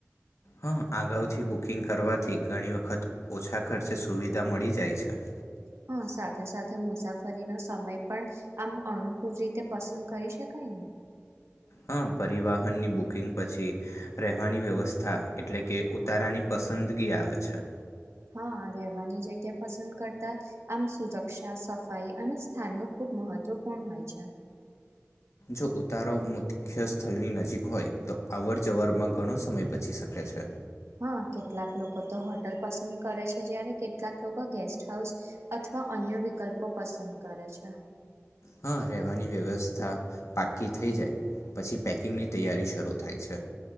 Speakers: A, on the left; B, on the right.
A: હા, અગાઉથી બુકિંગ કરવાથી ઘણી વખત ઓછા ખર્ચે સુવિધા મળી જાય છે.
B: હા સાથે સાથે મુસાફરીનો સમય પણ આમ અનુકૂળ રીતે પસંદ કરી શકાય ને.
A: હા, પરિવહનની બુકિંગ પછી રહેવાની વ્યવસ્થા એટલે કે ઉતારાની પસંદગી આવે છે.
B: હા, રહેવાની જગ્યા પસંદ કરતા આમ સુરક્ષા સફાઈ અને સ્થાન નું ખૂબ મહત્વ પણ હોય છે.
A: જો ઉતારો મુખ્ય સ્થલની નજીક હોય તો અવર જવરમાં ઘણો સમય બચી શકે છે.
B: હા, કેટલાક લોકો તો હોટલ પસંદ કરે છે જયારે કેટલાક લોકો ગેસ ટ હાઉસ અથવા અન્ય વિકલ્પો પસંદ કરે છે.
A: હા, રહેવાની વ્યવસ થા પાકી થઈ જાય પછી પેકિંગ ની તૈયારી શરૂ થાય છે.